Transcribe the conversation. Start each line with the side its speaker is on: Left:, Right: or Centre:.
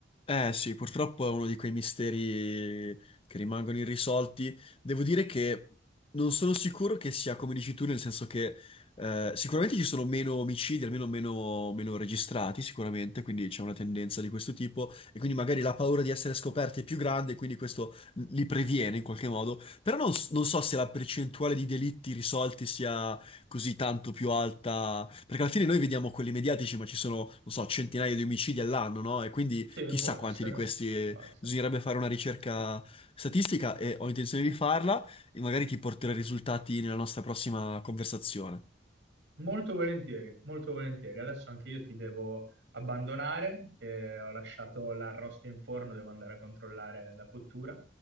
Left: Eh sì, purtroppo è uno di quei misteri che rimangono irrisolti. Devo dire che non sono sicuro che sia come dici tu, nel senso che eh, sicuramente ci sono meno omicidi, almeno meno, meno registrati, sicuramente, quindi c'è una tendenza di questo tipo e quindi magari la paura di essere scoperti è più grande, quindi questo li previene in qualche modo. Però non, s- non so se la percentuale di delitti risolti sia così tanto più alta, perché alla fine noi vediamo quelli mediatici, ma ci sono, non so, centinaia di omicidi all'anno, no? E quindi
Right: Sì,
Left: Chissà
Right: può essere,
Left: quanti di questi, eh,
Right: può essere.
Left: bisognerebbe fare una ricerca statistica e ho intenzione di farla e magari ti porterò i risultati nella nostra prossima conversazione.
Right: Molto volentieri, molto volentieri. Adesso anche io ti devo abbandonare, che ho lasciato l'arrosto in forno, devo andare a controllare la cottura.